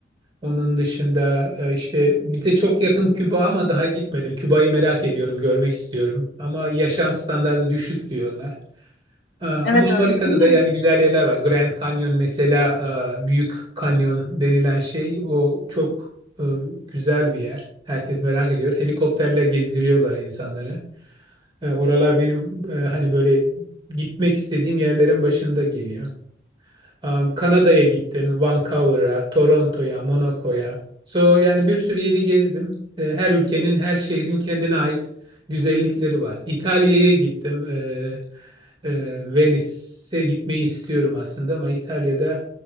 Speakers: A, on the right; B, on the left.
A: onun dışında e, işte bize çok yakın Küba ama daha gitmedim. Küba'yı merak ediyorum, görmek istiyorum. Ama yaşam standardı düşük diyorlar. E, ama
B: Evet öyle
A: Amerika'da
B: değil.
A: da yani güzel yerler var. Grand Canyon mesela e, Büyük Kanyon denilen şey o çok e, güzel bir yer. Herkes merak ediyor. Helikopterle gezdiriyorlar insanları. E, oralar benim e, hani böyle gitmek istediğim yerlerin başında geliyor. Um, Kanada'ya gittim, Vancouver'a, Toronto'ya, Monaco'ya. So yani bir sürü yeri gezdim. E, Her ülkenin, her şehrin kendine ait güzellikleri var. İtalya'ya gittim. E, e, Venice'e gitmeyi istiyorum aslında ama İtalya'da